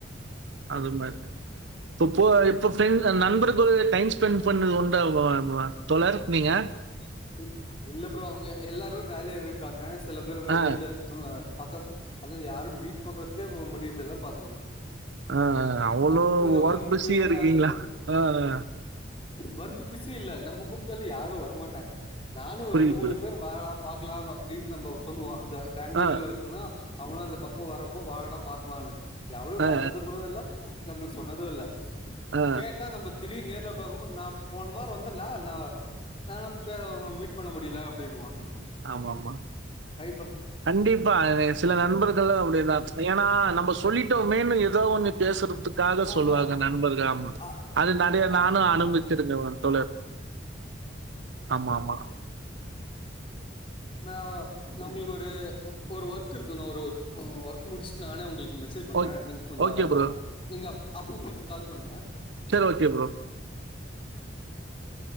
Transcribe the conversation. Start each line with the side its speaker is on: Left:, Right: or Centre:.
Right: அது மாரி தொப்போ இப்ப பிஃரண் நண்பர்குலே டைம் ஸ்பெண் பண்றது உண்டா <unintelligible> தொலர் நிங்கெ
Left: இ இல்ல ப்ரோ அவுங்கெ எல்லாரு வேலேருக்காங்கெ சில பேர் வெளிலெ
Right: ஆ
Left: தூங் தி பக்கத் அது வேறு யாரும் மீட் பண்றத்துகே முடிவுக்கெல்லா பாத்துக்கோங்க
Right: ஆஹ் அவ்ளோ
Left: நமக்கு இங்க
Right: ஒர்க்
Left: ஒர்க்கு
Right: பிஸியா இருக்கீங்ளாஹ்
Left: அது
Right: ஆஹ்ஹ
Left: வர்க் பிஸ்சி இல்ல நம்முக் கூப்டெல்லெ யாரு வருமாட்டாங்க நானு ஒரு
Right: புரியுது
Left: ரெண்டு மூணு
Right: ப்ரோ
Left: பேர் வர் <unintelligible> பாக்கிலா அப்படின் நம்போ சொல்வோ அங் தெ பெங்குளூர்ல
Right: ஆ
Left: இருக்கனு அவனு இந்த பக்கோ வரப்போ வாடா பாக்லான்னு எவ்ளு
Right: ஆ
Left: வந்தது குடவா இல்ல நம்ளுக் சொன்னதூ இல்ல
Right: ஆ
Left: கேட்டா நம்பேத் திடீர் நேர்லப் வவ் ரோம்ப நா போன வார் வந்தேன்ல நா <unintelligible> போய் அவன மீட் பண்ண முடியல அப்டின்னுவா
Right: ஆமா ஆமா
Left: பண்றேன்
Right: கண்டிப்பா சில நண்பர்கள் அப்டிதா ஏன்னா நம்ம சொல்லிட்டோமேன்னு இர் எதோ ஒன்னு பேசுறது சுத்காக
Left: ஆமா
Right: சொல்லுவாங்க நண்பர்க ஆமா
Left: ஆ-
Right: அது நடைய
Left: ஆமா
Right: நானு அனுவிச்சிருங்க
Left: ஆ-
Right: ஒ தோழர் ஆமா ஆமா
Left: நா நா உங்ளுக்கு ஒரு ஒரு ஒர்க் புக்கு இருக்கணு ஒரு ஓர் ஒர்க் ஒர்க் முடிச் நானே உங்ளுக் மெசேஜ் பண்ற
Right: ஓகே.
Left: நீங்க கொஞ்ஜா
Right: ஓகே ப்ரோ.
Left: நீங்க அப் அப்போ நீங்க கால் பண்ணுக
Right: சேர் ஓகே புரோ
Left: ஓ சேர் சேர் தேங்